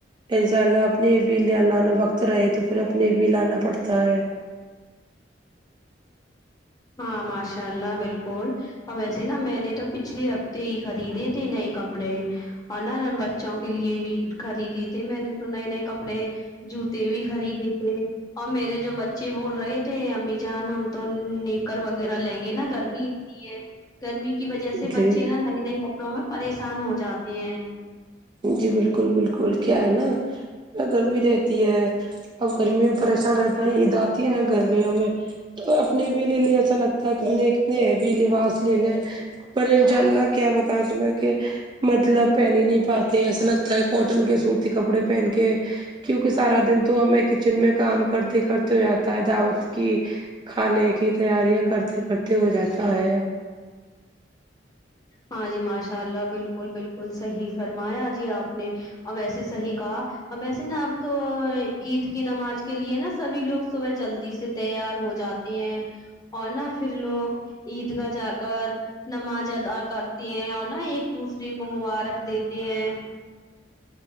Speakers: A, on the right; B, on the left.
A: انشاء اللہ اپنے بھی لانا وقت رہے تو پھر اپنے بھی لانا پڑتا ہے
B: ہاں ماشاء اللہ بالکل اور ویسے نا میں نے تو پچھلے ہفتے ہی خریدے تھے نئے کپڑے اور نا بچوں کے لیے بھی خریدی تھی میں نے تو نئے نئے کپڑے جوتے بھی خریدے تھے اور میرے جو بچے بول رہے تھے امی جان ہم تو ن کر وغیرہ لیں گے نا گرمی اتنی ہے گرمی کی وجہ سے بچے
A: جی
B: نا نئی نئی کپڑوں میں پریشان ہو جاتے ہیں
A: جی بالکل بالکل کیا ہے نا گرمی رہتی ہے اب گرمی میں پریشان رہتا ہے عید آتی ہے نا گرمیوں میں تو اپنے بھیلی لیے ایسا لگتا ہے کہتنے کتنے بھی لباس لینے پر انشاء اللہ کیا بتا تیں کہ مطلب پہ نہیں نہیں پاتا ایسا لگتا ہے کاٹن کے سوتی کپڑے پہن کے کیوںکہ سارا دن تو ہمیں کچن میں کام کرتے کرتے ہو جاتا ہے دعوت کی کھانے کی تیاریاں کرتے کرتے ہو جاتا ہے
B: ہاں جی ماشاء اللہ بالکل بالکل صحیح فرمایا جی آپ نے اور ویسے صحیح کاآ اب ویسے نا اب تو عید کی نماز کے لیے نا سبھی لوگ صبح جلدی سے تیار ہو جاتے اور نہ پھر لوگ عید گاہ جا کر نماز ادا کرتی ہیں اور نا ایک دوسرے کو مبارک دیتے ہیں